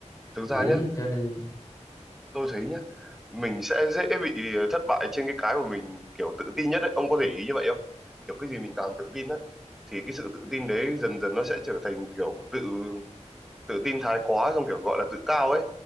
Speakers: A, in the centre; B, on the left.
A: Thực
B: ấy
A: ra nhé,
B: cho nên
A: tôi thấy nhé, mình sẽ dễ bị ờ, thất bại trên cái cái mà mình kiểu tự tin nhất ấy. Ông có để ý như vậy không? Kiểu cái gì mình càng tự tin á, thì cái sự tự tin đấy dần dần nó sẽ trở thành kiểu tự tự tin thái quá xong kiểu gọi là tự cao ấy